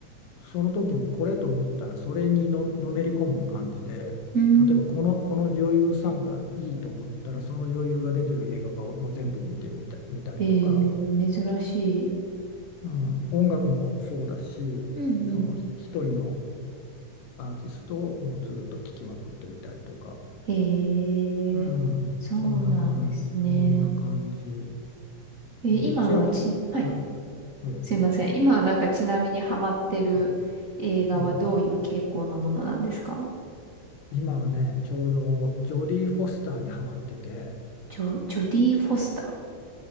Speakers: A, on the left; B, on the right.
A: うその時にこれと思ったらそれにの、のめり込む感じで例えばこの、
B: うん。
A: この女優さんがいいと思ったらその女優が出てる映画をもう全部見てみた、見たりとか、
B: えー、珍しい。
A: うん、音楽もそうだしその一人の
B: うんう
A: アーティストをもうずっと聴きまくってみたりとか、
B: ん。えー、
A: うん、
B: そうなんですね。
A: そんな感そんな感じ、
B: えー今はち、
A: うん、千秋、
B: はい。
A: あええ
B: すいません。今はなんかちなみにハマってる映画はどういう傾向のものなんですか
A: うん、うん今はねちょうどジョディ・フォスターにハマってて。
B: ジョ、ジョディ・フォスタ